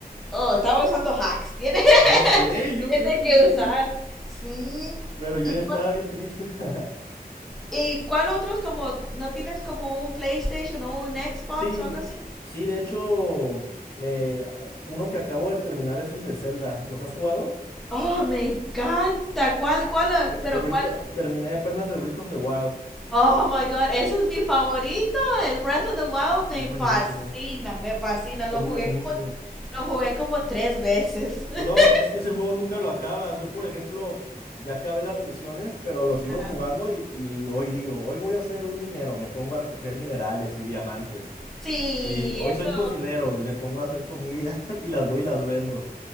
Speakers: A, in the centre; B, on the left.
A: Oh, estaba usando hacks, tiene, <laughs>
B: No sé, yo
A: tiene
B: creo que
A: que
B: sí,
A: usar. Sí.
B: pero yo
A: ¿Y
B: ya
A: cuál-
B: estaba bien triste. <laughs>
A: ¿Y cuál otros como no tienes como un PlayStation o un Xbox
B: Sí,
A: o algo así?
B: sí, de hecho, me, uno que acabo de terminar es el de Zelda. ¿Los has jugado?
A: Oh, me encanta. ¿Cuál, cuál, eh,
B: El,
A: pero
B: el Brito,
A: cuál?
B: terminé apenas el Breath of the Wild.
A: Oh my God, ese es mi favorito. El Breath of the Wild me
B: Es buenísimo,
A: fascina, me fascina. Lo
B: es
A: jugué
B: buenísimo.
A: como, lo jugué como tres veces. <laughs>
B: No, es que ese juego nunca lo acabas. Yo, por ejemplo, ya acabé las misiones, pero lo sigo
A: Ajá.
B: jugando y, y hoy digo, hoy voy a ser un minero, me pongo a recoger minerales y diamantes.
A: Sí,
B: Y hoy
A: eso.
B: soy cocinero y me pongo a hacer comidas <laughs> y las voy y las vendo.